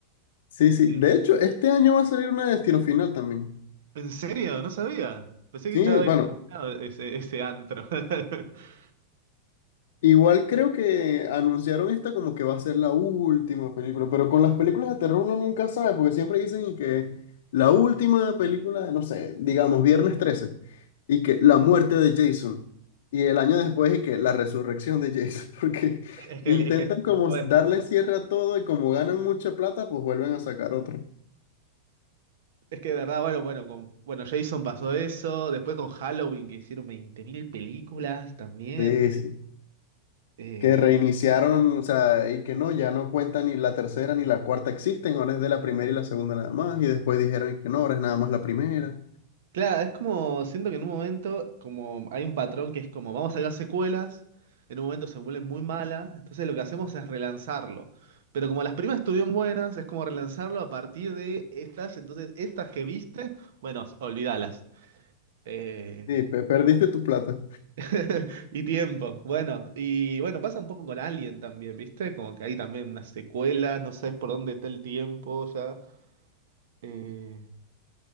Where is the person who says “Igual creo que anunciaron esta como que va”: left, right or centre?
Left